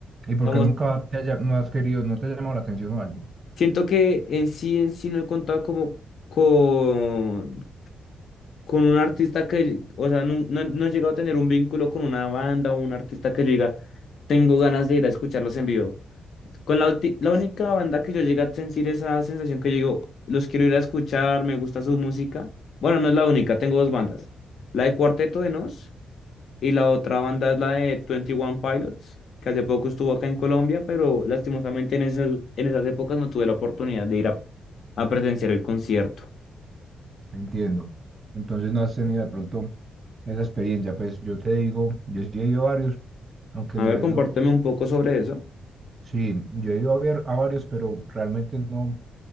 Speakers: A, on the right; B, on the left.
A: y por
B: Digamos,
A: qué nunca te haya, no has querido, no te ha llamado la atención o algo?
B: siento que en sí, en sí no he contado como con, con un artista que, o sea, no, no, no he llegado a tener un vínculo con una banda o un artista que yo diga, tengo ganas de ir a escucharlos en vivo. Con la, ulti- la única banda que yo llegué a sentir esa sensación que digo, los quiero ir a escuchar, me gusta su música. Bueno, no es la única, tengo dos bandas. La de Cuarteto de Nos y la otra banda es la de twenty one Pilots, que hace poco estuvo acá en Colombia, pero lastimosamente en esas, en esas épocas no tuve la oportunidad de ir a, a presenciar el concierto.
A: Entiendo. Entonces no has tenido de pronto esa experiencia. Pues yo te digo, yo sí he ido a varios, aunque
B: A
A: no
B: ver,
A: es
B: compárteme
A: lo...
B: un poco sobre eso.
A: Sí, yo he ido a ver a varios, pero realmente no,